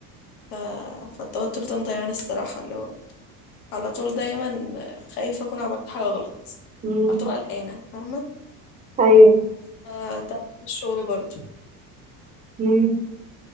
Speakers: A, on the left; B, on the right.
A: ف... فالتوتر ده مضيعني الصراحه اللي هو على طول دايما خايفه اكون عملت حاجه غلط
B: مم.
A: على طول قلقانه فاهمه
B: أيوه
A: فده في الشغل برضو
B: مم.